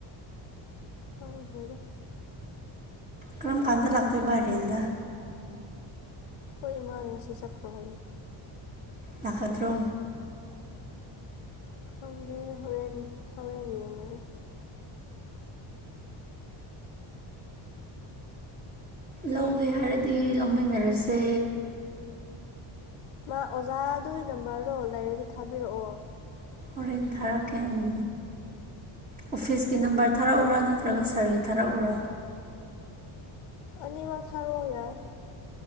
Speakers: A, on the left; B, on the right.
A: ꯗ
B: ꯀꯔꯝ ꯀꯥꯟꯗ ꯂꯥꯛꯇꯣꯏꯕ ꯍꯔꯦꯟꯗ
A: ꯍꯣꯏ ꯏꯃꯅ ꯉꯁꯤ ꯆꯈꯔꯣ ꯍꯥꯏꯌꯦ
B: ꯅꯥꯀꯗ꯭ꯔꯣ
A: ꯈꯪꯗꯦ ꯍꯣꯔꯦꯟ ꯍꯣꯔꯦꯟ ꯌꯦꯡꯉꯒꯦ
B: ꯂꯧꯒꯦ ꯍꯥꯏꯔꯗꯤ ꯂꯧꯃꯤꯟꯅꯔꯁꯦ
A: ꯃꯥ ꯑꯣꯖꯥꯗꯨꯒꯤ ꯅꯝꯕꯔꯗꯣ ꯂꯩꯔꯗꯤ ꯊꯥꯕꯤꯔꯛꯑꯣ
B: ꯃꯣꯔꯡ ꯊꯥꯔꯛꯀꯦ ꯎ ꯑꯣꯐꯤꯁꯀꯤ
A: ꯑꯩ
B: ꯅꯝꯕꯔ
A: ꯀꯣꯜ
B: ꯊꯥꯔꯛꯎꯔꯥ ꯅꯠꯇ꯭ꯔ ꯅꯠꯇ꯭ꯔꯒ ꯁꯥꯔꯒꯤ ꯊꯥꯔꯛꯎꯔꯣ
A: ꯑꯅꯤꯃ ꯁꯔꯣ ꯌꯥꯔ